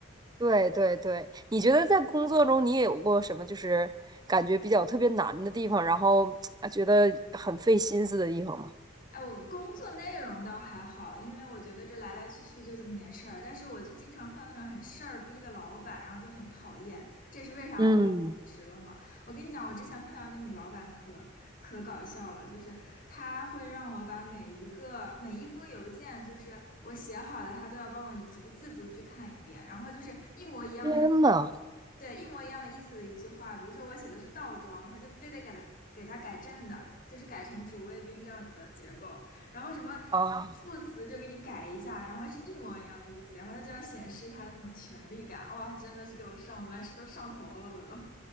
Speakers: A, on the right; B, on the left.
A: 对对对，你觉得在工作中你也有过什么就是感觉比较特别难的地方，
B: 嗯。
A: 然后啊觉得很费心思的地方吗？
B: 哎，我工作内容倒还好，因为我觉得这来来去去就这么点事儿，但是我就经常碰到那种很事儿逼的老板，然后就很讨厌。这是为啥我后来辞职了嘛？
A: 嗯，
B: 我跟你讲，我之前碰到一个女老板可可搞笑了，就是她会让我把每一个每一封邮件，就是我写好的，她都要帮我逐字逐句看一遍，然后就是一模一样的意，
A: 天呐，
B: 对，一模一样的意思的一句话，比如说我写的是倒装，她就非得给它给它改正的，就是改成主谓宾这样子的结构，然后什么
A: 啊！
B: 副词就给你改一下，然后是一模一样的意思，然后她就要显示她的那种权力感，哇，真的是给我上班是都上头了，我都。